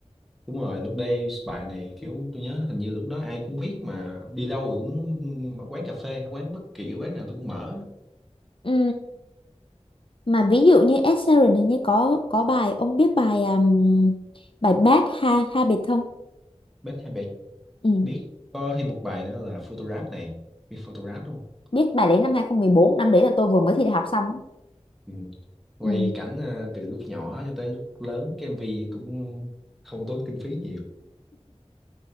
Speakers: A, in the centre; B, on the left.
A: đúng rồi lúc đây bài này kiểu tôi nhớ hình như lúc đó ai cũng biết mà đi đâu rồi cũng mà quán cà phê hay quán bất kỳ quán nào tôi cũng mở
B: Ừ. mà ví dụ như Ed Sheeran hình như có có bài ông biết bài um, bài Bad Ha Habit không?
A: biết hay biết
B: Ừ.
A: biết có thêm một bài nữa là photograph này biết photograph đúng không
B: Biết bài đấy năm hai không một bốn năm đấy là tôi vừa mới thi đại học xong.
A: ừ. quay
B: Ừ.
A: cảnh ờ, từ lúc nhỏ cho tới lúc lớn cái MV cũng không tốn kinh phí nhiều